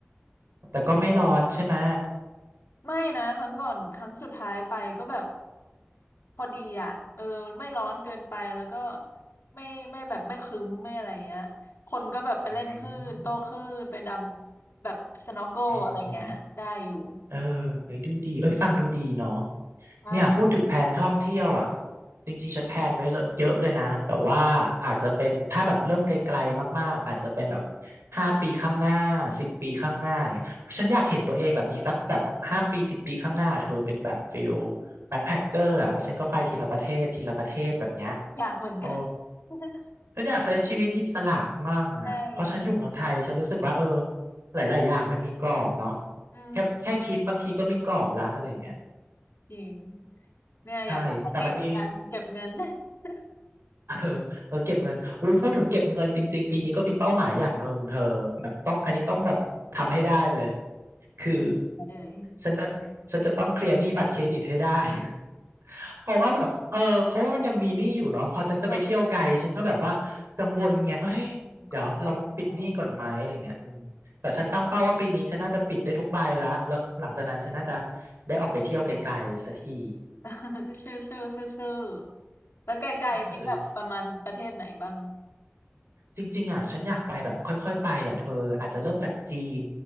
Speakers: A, on the right; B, on the left.
A: แต่ก็ไม่ร้อนใช่ไหม
B: ไม่นะครั้งก่อนครั้งสุดท้ายไปก็แบบ พอดีอ่ะเออมันไม่ร้อนเกินไปแล้วก็ไม่ไม่แบบไม่ครึ้มไม่อะไรเงี้ยคนก็แบบไปเล่นคลื่นโต้คลื่นไปดำแบบสน็อกเกิลอะไรเงี้ยได้อยู่
A: อืมอืม เออเฮ้ยดูดีเอ้ยฟังดูดีเนาะ
B: ว่า
A: เนี่ยพูดถึงแผนท่องเที่ยวอ่ะจริงๆฉันแพลนไว้เลอะเยอะเลยนะ แต่ว่าอาจจะเป็นถ้าแบบเริ่มไกลๆมากๆ อาจจะเป็นแบบห้าปีข้างหน้าสิบปีข้างหน้าเนี่ยฉันอยากเห็นตัวเองแบบอีกสักแบบห้าปีสิบปีข้างหน้าเธอเป็นแบบฟิลแบ็คแพคเกอร์อ่ะแล้วฉันก็ไปทีละประเทศทีละประเทศแบบเนี้ย
B: อยากเหมือนกัน
A: โอ้
B: <laughs>
A: ฉันอยากใช้ชีวิตอิสระมั่งอ่ะเพราะฉันอยู่เมืองไทยฉันรู้สึกว่าเออ
B: ใช่
A: หลายๆอย่างมันมีกรอบเนาะ
B: อืม
A: แค่แค่คิดบางทีก็มีกรอบละอะไรอย่างเงี้ย
B: จริงเนี่ยอยากไปที่เหมือนกันเก็บเงิน
A: ใช่แต่มันมี
B: <laughs>
A: เออเออเก็บเงินอุ้ยพูดถึงเก็บเงินจริงๆปีนี้ก็มีเป้าหมายอย่างหนึ่งเธอแบบต้องอันนี้ต้องแบบทำให้ได้เลยคือ
B: เอ้ย
A: ฉันจะฉันจะต้องเคลียร์หนี้บัตรเครดิตให้ได้ <laughs> เพราะว่าแบบเออเพราะว่ามันยังมีหนี้อยู่เนาะพอฉันจะไปเที่ยวไกลฉันก็แบบว่ากังวลไงเอ้ยเดี๋ยวเราปิดหนี้ก่อนไหมอะไรเงี้ยอืมแต่ฉันตั้งเป้าว่าปีนี้ฉันน่าจะปิดได้ทุกใบละแล้วหลังจากนั้นฉันน่าจะ
B: อ่าเข้าใจเข้าใจ
A: ได้ออกไปเที่ยวไกลๆสักที
B: <laughs> ซื่อซื่อซื่อซื่อแล้วไกลๆนี้แบบประมาณประเทศไหนบ้าง
A: เออ จริงๆอ่ะฉันอยากไปแบบค่อยๆ ไปอ่ะเธออาจจะเริ่มจากจีน